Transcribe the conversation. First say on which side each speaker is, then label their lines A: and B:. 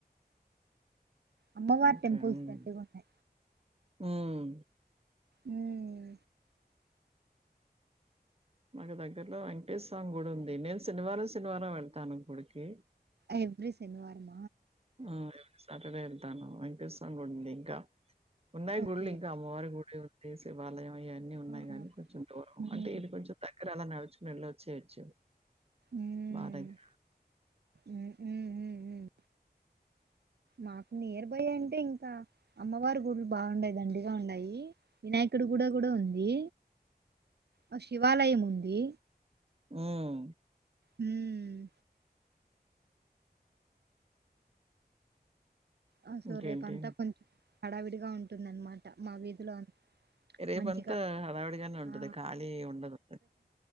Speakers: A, on the right (about 75°); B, on the right (about 35°).
A: అమ్మవార్
B: ఓకే.
A: టెంపుల్స్
B: హ్మ్.
A: అ కూడా
B: హ్మ్.
A: ఉమ్మ్
B: మాకు దగ్గరలో వెంకటేశ స్వామి గుడి ఉంది నేను శనివారం శనివారం వెళ్తాను గుడికి
A: ఎవరీ శనివారం
B: ఆ ఎ సర వెళ్తాను అపిసం కూడాంది ఇంకా ఉన్నాయి
A: ఓకే
B: గుళ్ళు ఇంకా అమ్మవారి గుళలు ఉాయి వాలయం ఇవన్నీ ఉన్నాయి
A: ఆ
B: గానీ కొంచెం దూరం
A: మ్మ్
B: అంటే ఇది కొంచెం తగ్గర అలా నడుచుకుని వెళ్ళు వచ్చయచ్చు
A: మ్మ్
B: బాద దగ్గర
A: మ్మ్ మ్మ్ మ్మ్ మాకు నేయర్ బయ అంటే ఇంకా అమ్మవారి గుళ్లు బాగున్నాయి దండిగా ఉంయి వినాయక ఇక్కడుగూడ కూడా ఉంది ఆ శివాలయం ఉంది
B: ఉమా
A: మ్మ్ అ సో
B: ఇంకేంటి?
A: రేపు అంతా కొంచెం హడావిడిగా ఉంటుందనమాట మా వీధిలో అంత
B: రేపుంతా
A: మంచిగా
B: అడావిడిగానే ఉంటది
A: ఆ
B: ఖాళీ ఉండదు